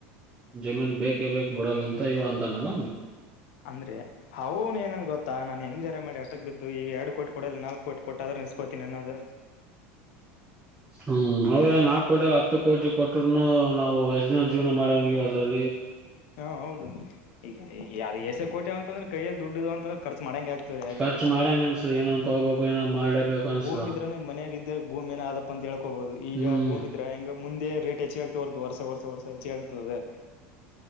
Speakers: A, on the right; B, on the left.
A: ಜಮೀನ್ ಬೇಕೇ ಬೇಕಕ್ ಬಿಡಲ್ಲ ಅಂತ ಇವ ಅಂತಾನಲ್ಲ
B: ಅಂದ್ರೆ ಅವ್ನು ಏನನ್ ಗೊತ್ತ ನಾ ಹೆಂಗಾರ ಮಾಡಿ ಅಟಕ್ ಬಿದ್ದು ಈಗ ಎರಡು ಕೋಿ ಕೊಡ ನಾಲ್ಕ ಕೋಟಿ ಕೊಟ್ಟ ಅ್ರ ಇಪ್ಪತ್ತಿನನ್ನದ
A: ಹ್ಮ್ ಅವ್ರನ್ ನಾಕು ಕೋಟಿ ಎಲ್ಲ ಹತ್ತು ಕೋಟಿ ಕೊಟ್ಟ ಕ್ ನಾವು ಎಷ್ಟ್ ದಿನ ಜೀವನ ಮಾಡಂಗಗೆ ಅದರಲ್ಲಿ
B: ಹಾ ಹೌದು ಈಗ ಯಾರ ಎಸ ಕೋಟೆ ಕೈಯಲ್ಲಿ ದುಡ್ಡ ಇ ಅಂತಂದ್ರ ಕರ್ಚು ಮಾಡಂಗಗೆ ಆಗ್ತವ್ರ ಯಾರಗ
A: ಖರ್ಚು ಮಾಡಂಗ ಅನ್ಸದ ಏನನ್ ತಗೋಬೇಕು ಏನ ಮಾಡ್ಲೇಬೇಕು ಅನ್ಸದ
B: ಭೂಮಿ ಇದ್ರ ಮನೆಗ್ ಇದಿದ್ದ ಭೂಮ ಏನ ಅದಪ್ಪ ಅಂತ ಹಕೋಬಹುದು ಈಗ
A: ಹ್ಮ್
B: ಭೂಮಿತ್ರ ಹೆಂಗ ಮುಂದೆ ರೇಟ್ ಹೆಚ್ಚಾಗಗ್ತಾ ಹೊರ್ತದು ವರ್ಸ ವರ್ಸ ವರ್ಸ ಹೆಚ್ಚಾಗಗ್ತದೆ